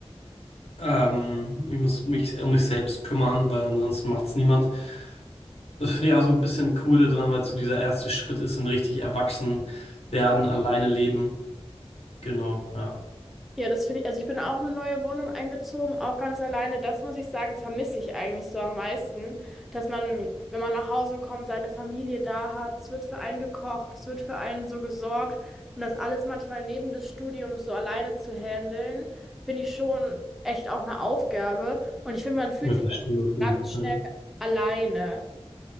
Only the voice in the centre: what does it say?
Ja, das finde ich, also ich bin auch in eine neue Wohnung eingezogen, auch ganz alleine. Das muss ich sagen, vermisse ich eigentlich so am meisten, dass man, wenn man nach Hause kommt, seine Familie da hat, es wird für einen gekocht, es wird für einen so gesorgt und das alles manchmal neben des Studiums so alleine zu handeln, finde ich schon echt auch eine Aufgabe und ich finde, man fühlt
sich
auch
ganz
schnell alleine.